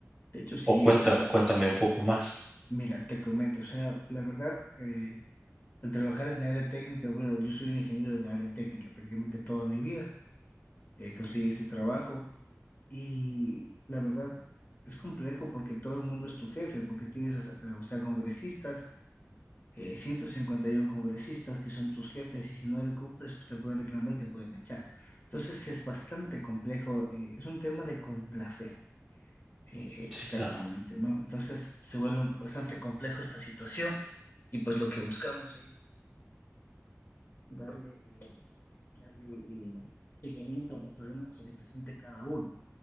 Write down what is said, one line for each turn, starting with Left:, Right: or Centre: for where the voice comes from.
Left: De hecho, sí,
Centre: O cuenta,
Left: o sea,
Centre: cuéntame
Left: eh,
Centre: un poco más.
Left: mira, te comento, o sea, la verdad, eh, al trabajar en la área técnica, bueno, yo soy un ingeniero de la área técnica prácticamente toda mi vida, eh, conseguí ese trabajo y la verdad es complejo porque todo el mundo es tu jefe, porque tienes, a- o sea, congresistas, eh, 151 congresistas que son tus jefes y si no le cumples te pueden reclamar y te pueden echar. Entonces es bastante complejo, eh, es un tema de complacer. Eh,
Centre: Sí,
Left: exactamente,
Centre: claro,
Left: ¿no? Entonces se vuelve bastante complejo esta situación y pues lo que buscamos ahí sí, darle, eh, darle eh, seguimiento a los problemas que represente cada uno.